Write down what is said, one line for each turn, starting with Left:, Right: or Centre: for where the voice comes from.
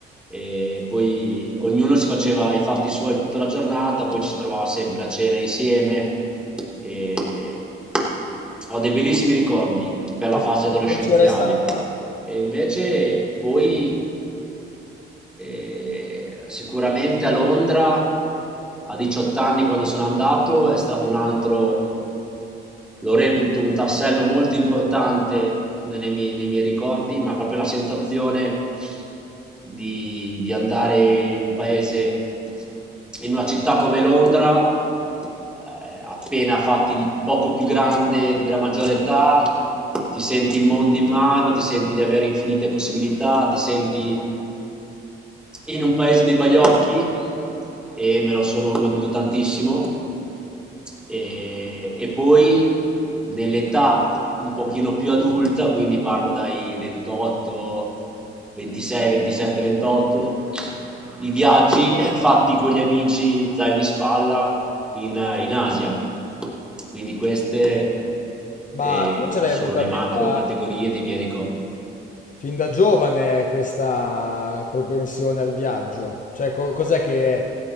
Centre: e poi ognuno si faceva i fatti suoi tutta la giornata, poi ci si trovava sempre a cena insieme. E ho dei bellissimi ricordi per
Left: Che
Centre: la fase
Left: che
Centre: adolescenziale.
Left: crociera è stata?
Centre: E invece poi e sicuramente a Londra, a 18 anni quando sono andato, è stato un altro, lo reputo un tassello molto importante nelle mie, nei miei ricordi, ma proprio la sensazione di, di andare in un paese, in una città come Londra, eh, appena fatti di poco più grande della maggiore età, ti senti il mondo in mano, ti senti di avere infinite possibilità, ti senti in un paese dei baiocchi e me lo sono goduto tantissimo e, e poi nell'età un pochino più adulta, quindi parlo dai 28, 26, 27, 28, i viaggi eh, fatti con gli amici zaino in spalla in, in Asia. Quindi queste eh,
Left: Ma tu ce l'hai
Centre: sono
Left: avuta
Centre: le macro
Left: fin da,
Centre: categorie dei miei ricordi.
Left: fin da giovane questa propensione al viaggio? Cioè, co- cos'è che,